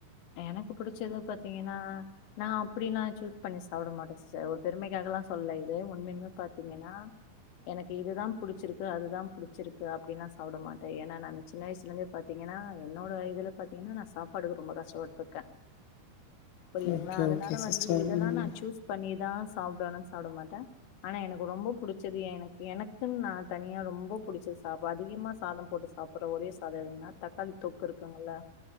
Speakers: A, on the left; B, on the left.
A: எனக்கு புடிச்சது பாத்தீங்கன்னா நா அப்டில்ல சூஸ் பண்ணி சாப்பிட மாட்டே சிஸ்டர் ஒரு பெருமைக்காகல்லா சொல்ல இதே உண்மையுனு பாத்தீங்கன்னா எனக்கு இதுதா புடிச்சிருக்கு அதுதா புடிச்சிருக்கு அப்டின்னா சாப்பிட மாட்டே ஏன்னா நானு சின்ன வயசுலேருந்தே பாத்தீங்கன்னா என்னோட இதுல பாத்தீங்கன்னா நா சாப்பாடுக்கு ரொம்ப கஷ்டப்பட்டுருக்கே புரியுதுங்களா
B: ஓகே
A: அதனால
B: ஓகே சிஸ்டர்
A: வந்து இததா
B: ம்
A: நா சூஸ் பண்ணிதா சாப்பிடுவனு சாப்பிட மாட்டே ஆனா எனக்கு ரொம்ப புடிச்சது எனக்கு எனக்குன்னு நா தனியா ரொம்ப புடிச்சது சாப் அதிகமா சாதம் போட்டு சாப் பற ஒரே சாதோ எதுன்னா தக்காளி தொக்கு இருக்குங்களல்ல